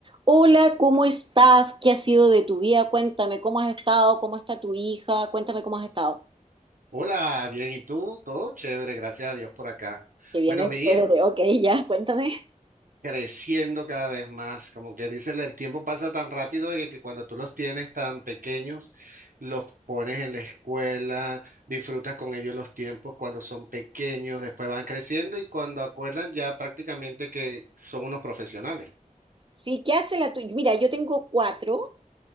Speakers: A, on the right (about 40°); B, on the right (about 80°).
A: Hola, ¿cómo estás? ¿Qué ha sido de tu vida? Cuéntame, ¿cómo has estado? ¿Cómo está tu hija? Cuéntame cómo has estado.
B: Hola, bien, ¿y tú? Todo chévere, gracias a Dios por acá.
A: Que viene
B: Bueno, mi
A: chévere,
B: hija
A: ok, ya, cuéntame.
B: creciendo cada vez más, como quien dice, el tiempo pasa tan rápido de que, que cuando tú los tienes tan pequeños, los pones en la escuela, disfrutas con ellos los tiempos cuando son pequeños, después van creciendo y cuando acuerdan ya prácticamente que son unos profesionales.
A: Sí, ¿qué hace la tuya? Mira, yo tengo cuatro.